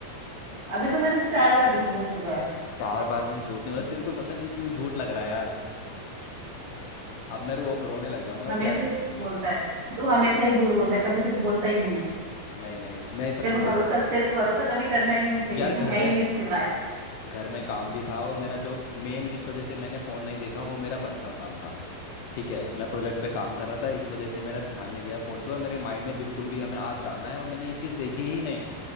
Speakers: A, on the right (about 65°); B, on the left (about 80°).
A: अभी तू मेरे से चार बार झूठ बोल चुका है
B: चार बार मैं झूठ नहीं बोला तेरे को पता नहीं क्यों झूठ लग रहा है यार अब मैं रो, रोने लग जाऊंगा
A: हमेशा
B: तो ऐसा
A: ही झूठ बोलता है तू हमेशा ही झूठ बोलता है कभी सच बोलता ही नहीं है
B: नहीं नहीं मैं सच
A: तेरे पर
B: बोल
A: भरोसा
B: रहा हूँ
A: तेरे पर भरोसा कभी करना ही नहीं चाहिए
B: यार घर
A: तू है
B: में
A: ही नहीं इसके लायक
B: घर में काम भी था और मेरा जो मेन जिस वजह से मैंने फोन नहीं देखा वो मेरा पर्सनल काम था ठीक है मैं प्रोजेक्ट पे काम कर रहा था इस वजह से मेरा ध्यान नहीं गया फोन पे और मेरे माइंड में बिल्कुल भी हमें आज जाना है और मैंने ये चीज देखी ही नहीं